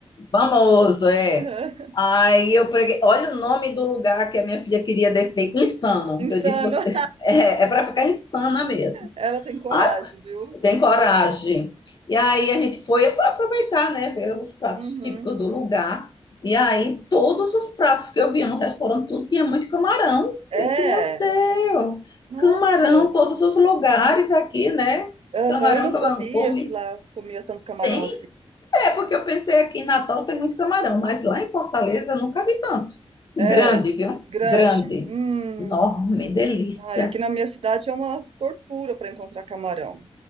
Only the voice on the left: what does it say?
Famoso, é.
Aí eu preguei, olha o nome do lugar que a minha filha queria descer, Insano.
Eu disse, você, <laughs> é, é para ficar insana mesmo.
Ah,
tem coragem. E aí a gente foi para aproveitar, né? Ver os pratos
típicos do lugar. E aí todos os pratos que eu via no restaurante, tudo tinha muito camarão.
Eu disse, meu Deus,
camarão, todos os lugares aqui, né?
Camarão,
camarão, come.
Tem?
É, porque eu pensei aqui em Natal tem muito camarão, mas lá em Fortaleza eu nunca vi tanto. E
grande, viu?
Grande.
Enorme, delícia.